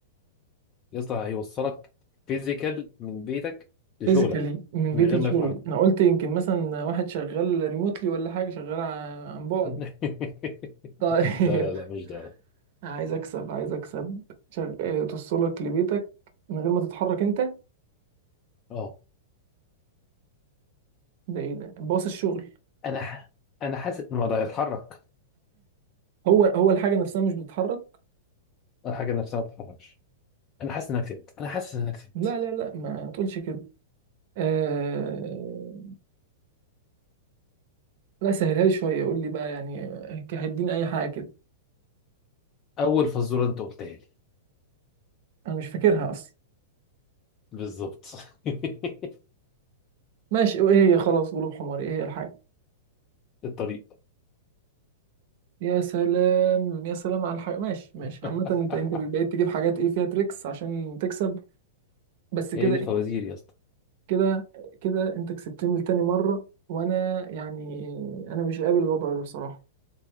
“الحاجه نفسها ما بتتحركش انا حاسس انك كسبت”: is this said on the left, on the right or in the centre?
Left